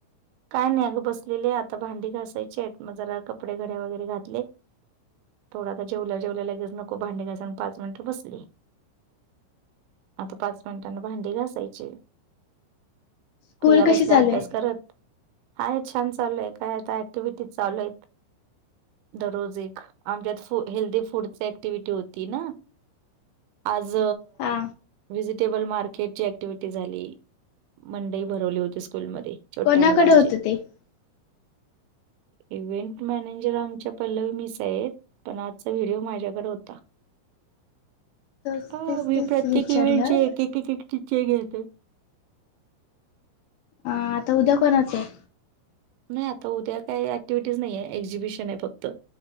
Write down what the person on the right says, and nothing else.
काय नाही अग बसलेले आता भांडी घासायचे आहेत मग जरा कपडे घड्या वगैरे घातले
थोडा आता जेवल्या जेवल्या लगेच नको भांडी घस आणि पाच मिनटं बसली आता पाच मिनिटांना भांडी घासायचे
भै्या
बसल्या
अभ्यास
करत हाय छान चालू आहे काय आता ऍक्टिव्हटीज चालू आहेत दररोज एक आमच्यात हेल्दी फूडची ऍक्टिव्हटी होती ना आज
वजिटेबल मार्केटची ऍक्टिव्हटी झाली मंई भरवली होती स्कूलमध्ये छोट्या
मुलांची
इव्हेंट मॅनेजर आमच्या पल्लवी मिस आहेत पण आजचा व्हिडिओ माझ्याकडे होता
अ
मी
प्रत्येक
इव्हेंटचे एक एक टीचे घेत
नाही आता उद्या काही ऍक्टिव्हिटीज नाहीे एक्झिबिशन आहे फक्त